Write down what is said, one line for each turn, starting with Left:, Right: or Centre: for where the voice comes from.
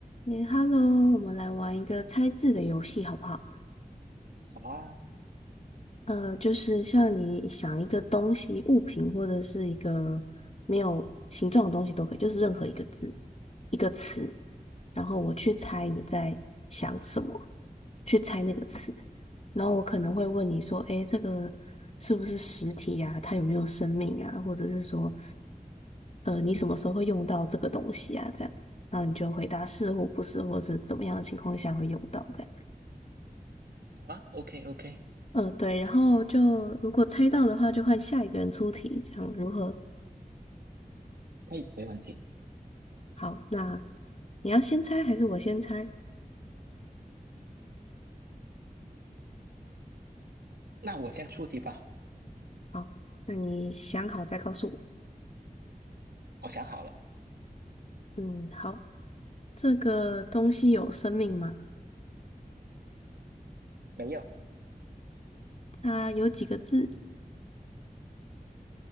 Left: 诶，Hello，我们来玩一个猜字的游戏，好不好？
Right: 好啊，
Left: 呃，就是像你想一个东西、物品或者是一个没有形状的东西都可以，就是任何一个字、一个词，然后我去猜你在想什么，去猜那个词，然后我可能会问你说，诶，这个是不是实体呀？它有没有生命啊？或者是说，呃，你什么时候会用到这个东西啊？这样，然后你就回答是或不是，或是怎么样的情况下会用到这样。
Right: 好啊，OK OK，
Left: 嗯，对，然后就如果猜到的话，就换下一个人出题，这样如何？
Right: 可以，没问题。
Left: 好，那你要先猜还是我先猜？
Right: 那我先出题吧，
Left: 好，那你想好再告诉我。
Right: 我想好了，
Left: 嗯，好，这个东西有生命吗？
Right: 没有，
Left: 它有几个字？